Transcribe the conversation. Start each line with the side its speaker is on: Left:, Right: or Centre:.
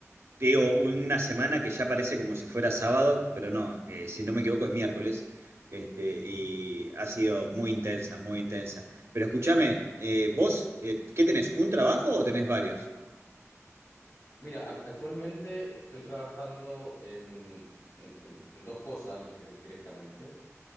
Right: te digo, una semana que ya parece como si fuera sábado, pero no, eh, si no me equivoco es miércoles, este, y ha sido muy intensa, muy intensa. Pero escúchame, eh, vos, eh, ¿qué tenés? ¿Un trabajo o tenés varios?
Left: Mira, ac- actualmente estoy trabajando en, en- en- en dos cosas eh, directamente.